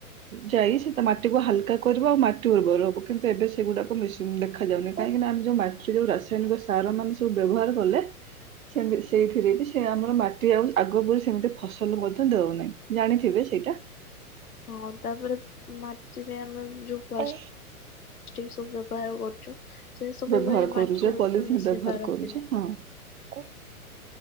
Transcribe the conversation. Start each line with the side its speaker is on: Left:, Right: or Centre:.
Right: ଯାଇ ସେ ତା ମାଟିକୁ ହାଲକା କରିବ ଆଉ ମାଟି ଉର୍ବର ହବ କିନ୍ତୁ ଏବେ ସେଗୁଡାକ ମିସିନ ଦେଖାଯାଉନି କାହିଁକିନା ଆମେ ଯୋଉ ମାଟିରେ ଯୋଉ ରାସାୟନିକ ସାରମାନେ ସବୁ ବ୍ୟବହାର କଲେ ସେମି ସେଇଥିରେ ବି ସେ ଆମ ମାଟି ଆଉ ଆଗ ପ ସେମିତି ଫସଲ ମଧ୍ୟ ଦଉନାହିଁ ଜାଣିଥିବେ ସେଇଟା।
Left: ହଁ ତାପରେ ମାଟିରେ ଆମେ। ରୂପସ।
Right: ଏ
Left: ଠିକ ସବୁ ବ୍ୟବହାର କରୁଛୁ। ସେ ସବୁ
Right: ବ୍ୟବହାର
Left: ପାଇଁ
Right: କରୁଛ
Left: ମାଟିରେ
Right: ପଲିଥିନ୍
Left: ମିଶି
Right: ବ୍ୟବହାର
Left: ପାରନ୍ତି
Right: କରୁଛେ
Left: ନାହିଁ।
Right: ହଁ। କୁ।